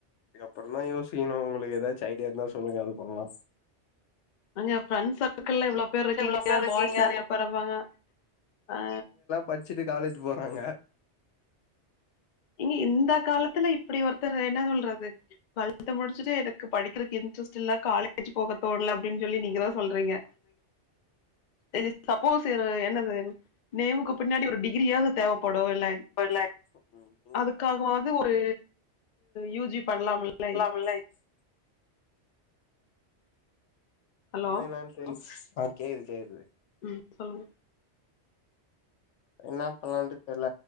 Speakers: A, on the left; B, on the left.
A: இதப்ரந்தா யோசிக்கணு உங்களுக்கு ஏதாச்சு ஐடியா இருந்தா சொல்லுங்க அது பண்ணலா
B: அங்க ஃப்ரெண்ட் சர்க்கிள்ல இவ்ளோ பேர் ருக்கீங்க
A: எவ்ளோ பேர் இருக்கீங்க
B: பாய்ஸ் நெறைய பேர் ருப்பாங்க ஆ
A: பட்ச்சுட்டு காலேஜ் போறாங்க
B: இங்க இந்த காலத்துல இப்படி ஒருத்தர் என்ன சொல்றது டுவல்த் முடிச்சுட்டு படிக்கறக்கு இன்ட்ரெஸ்ட் இல்ல காலேஜ் போகத்தோணல அப்டின்னு சொல்லி நீங்க தா சொல்றீங்க இது சப்போஸ் என்னது நேமுக்கு பின்னாடி ஒரு டிகிரியாவது தேவப்படுல்ல.
A: டுவல்லாக் ம் ம்
B: அதுக்காகவது ஒரு யூஜி பண்ணலாம்ல்லா
A: புல்லைஸ்
B: ஹலோ
A: மைனஸ் எஸ் கேக்குது கேக்குது
B: ம் சொல்லுங்க
A: என்ன பண்லான்ட்டு தெர்ல